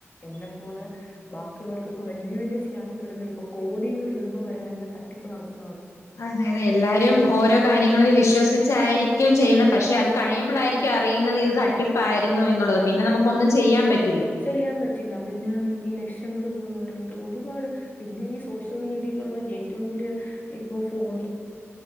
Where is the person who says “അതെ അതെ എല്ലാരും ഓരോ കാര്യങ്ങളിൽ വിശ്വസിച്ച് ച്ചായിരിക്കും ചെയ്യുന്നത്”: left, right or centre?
Left